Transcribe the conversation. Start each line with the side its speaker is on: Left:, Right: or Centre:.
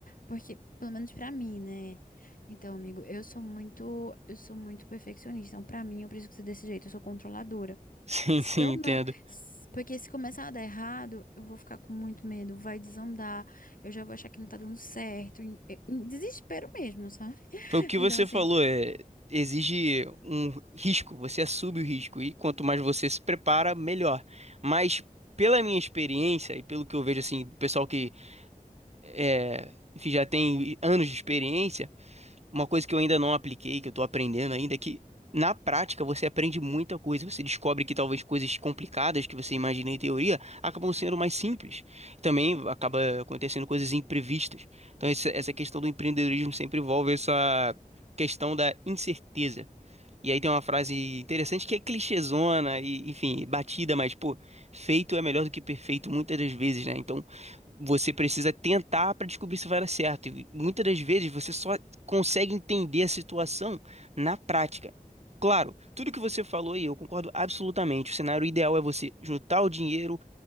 Left: Porque pelo menos para mim, né? Então, amigo, eu sou muito eu sou muito perfeccionista. Então, para mim, eu preciso ser desse jeito, eu sou controladora.
Right: Sim,
Left: Se
Right: sim,
Left: eu
Right: entendo.
Left: não, se- porque se começar a dar errado, eu vou ficar com muito medo, vai desandar, eu já vou achar que não tá dando certo, em, em desespero mesmo, sabe? <laughs>
Right: Foi O que
Left: Então,
Right: você
Left: assim,
Right: falou é exige um risco, você assume o risco e quanto mais você se prepara, melhor. Mas pela minha experiência e pelo que eu vejo assim, do pessoal que é, enfim, já tem anos de experiência, Uma coisa que eu ainda não apliquei, que eu tô aprendendo ainda, é que na prática você aprende muita coisa. Você descobre que talvez coisas complicadas que você imagina em teoria acabam sendo mais simples. Também acaba acontecendo coisas imprevistas. Então, esse- essa questão do empreendedorismo sempre envolve essa questão da incerteza. E aí tem uma frase interessante que é clichêzona e, enfim, batida, mas, pô, feito é melhor do que perfeito muitas das vezes, né? Então, você precisa tentar para descobrir se vai dar certo. E muitas das vezes você só consegue entender a situação na prática. Claro, tudo que você falou aí, eu concordo absolutamente. O cenário ideal é você juntar o dinheiro,